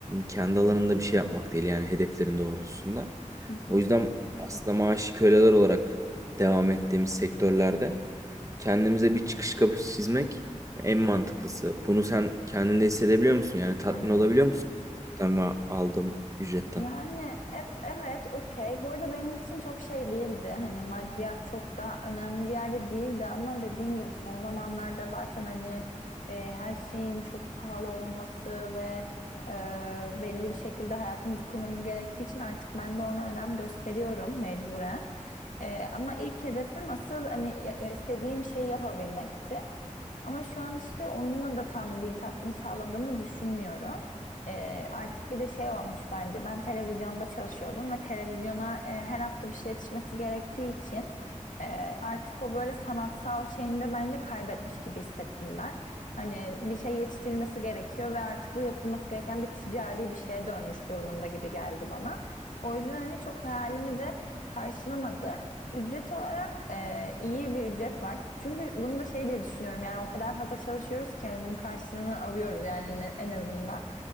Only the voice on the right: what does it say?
kendi alanında bir şey yapmak değil yani hedeflerin doğrultusunda.
O yüzden aslında maaşı köleler olarak devam ettiğimiz sektörlerde kendimize bir çıkış kapısı çizmek en mantıklısı. Bunu sen kendinde hissedebiliyor musun? Yani tatmin
olabiliyor musun? Ama aldığım ücretten.